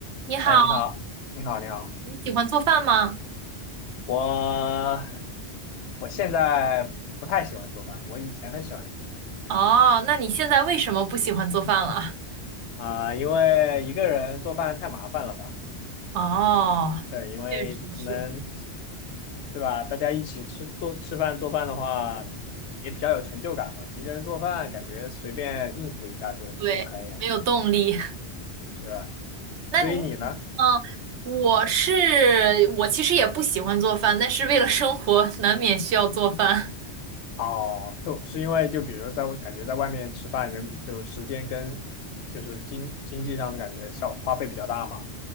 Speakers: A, on the right; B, on the left.
A: 你好，
B: 哎，你好，你好，你好，
A: 你喜欢做饭吗？
B: 我我现在不太喜欢做饭，我以前很喜欢做饭
A: 哦，那你现在为什么不喜欢做饭了？
B: 啊，因为一个人做饭太麻烦了吧？
A: 哦，
B: 对，因为可能
A: 确实是，
B: 对吧，大家一起吃做吃饭做饭的话，也比较有成就感嘛。一个人做饭感觉随便应付一下就就可以了，
A: 对，没有动力。
B: 是吧？
A: <laughs> 那你，
B: 所以你呢？
A: 嗯，我是，我其实也不喜欢做饭，但是为了生活，难免需要做饭。
B: 哦，是是因为就比如在感觉在外面吃饭，人就时间跟就是经经济上的感觉效花费比较大嘛？